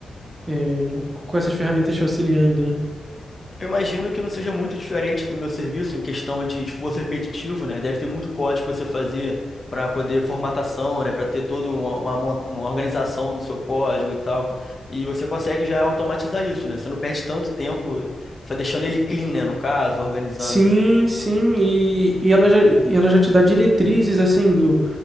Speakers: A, on the right (about 35°); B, on the left (about 40°).
A: é, com essas ferramentas te auxiliando, né?
B: Eu imagino que não seja muito diferente do meu serviço em questão de esforço repetitivo, né? Deve ter muito código que você fazer para poder formatação, né? Para ter toda uma, uma mont- uma organização do seu código e tal. E você consegue já automatizar isso, né? Você não perde tanto tempo fa- deixando ele clean, né? No caso, organizando.
A: Sim, sim, e, e ela já, e ela já te dá diretrizes assim do,